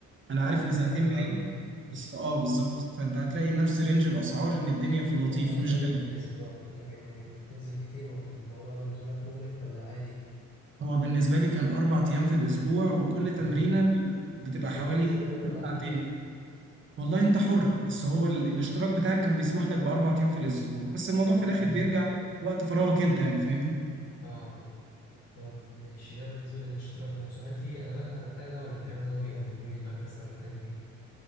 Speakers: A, on the right; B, on the left.
A: أنا عارف
B: طب
A: إن
B: ده
A: سنتين
B: حلو
A: بعيد
B: قوي يعني
A: بس أه بالظبط فأنت هتلاقي نفس رينج الأسعار إن الدنيا في اللطيف
B: طب كانوا كام
A: مش غالية
B: يوم في الأسبوع؟ كان كام يوم يعني كنت بتنزل كتير وكان الموضوع بالنسبة لك مهلك ولا عادي؟
A: هو بالنسبة لي كان أربع أيام في الأسبوع وكل تمرينة
B: امم
A: بيبقى بتبقى
B: مش كتير
A: حوالي
B: شوية أربع
A: ساعتين
B: أيام
A: والله أنت حر بس هو ال... الاشتراك بتاعك كان بيسمح لك بأربع أيام في الأسبوع بس الموضوع في الآخر
B: امم
A: بيرجع لوقت فراغك أنت يعني فاهمني
B: اه اه طب ماشي ده بالنسبة للاشتراك نفسه هل في أدوات أنا بحتاجها ولا الكلام ده هو بيقدمه لي المركز أو الأكاديمية؟